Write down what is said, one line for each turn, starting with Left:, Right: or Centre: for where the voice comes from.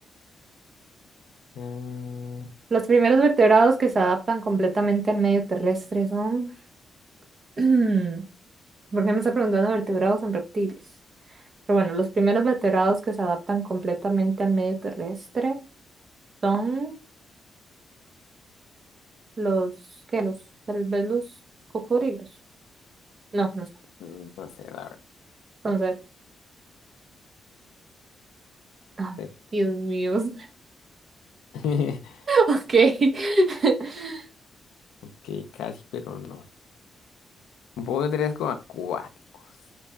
Left: Ah,
Right: Los primeros vertebrados que se adaptan completamente al medio terrestre son... <clears throat> ¿Por qué me está preguntando vertebrados en reptiles? Pero bueno, los primeros vertebrados que se adaptan completamente al medio terrestre son los... ¿Qué? Los... Tal vez los cocodrilos. No, no sé.
Left: mm, no sé, la
Right: Entonces... ay,
Left: verdad.
Right: Dios mío. <laughs>
Left: <laughs>
Right: Ok. <laughs>
Left: Que casi, pero no. Voy otra vez con acuáticos.